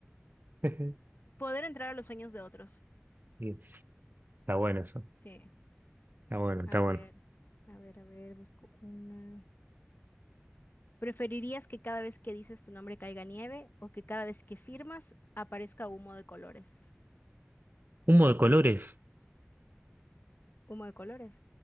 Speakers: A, on the right; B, on the left.
A: <laughs>
B: Poder entrar a los sueños de otros.
A: Sí, Está bueno eso.
B: Sí.
A: Está bueno, está
B: A ver,
A: bueno.
B: a ver, a ver, busco una. ¿Preferirías que cada vez que dices tu nombre caiga nieve o que cada vez que firmas aparezca humo de colores?
A: Humo de colores.
B: Humo de colores.